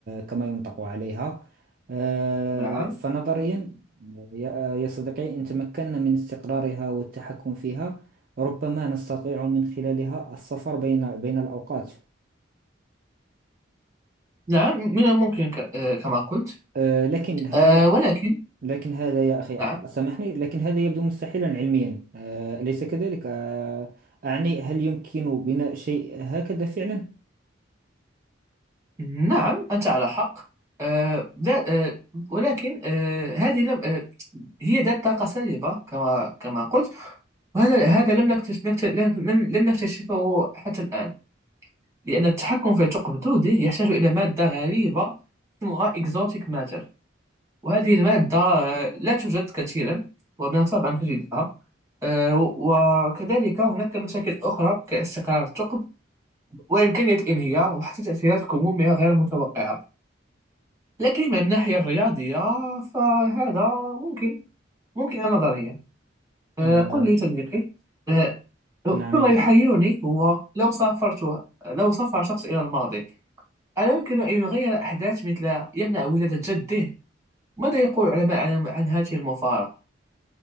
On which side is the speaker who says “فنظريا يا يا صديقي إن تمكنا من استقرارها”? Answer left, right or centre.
Right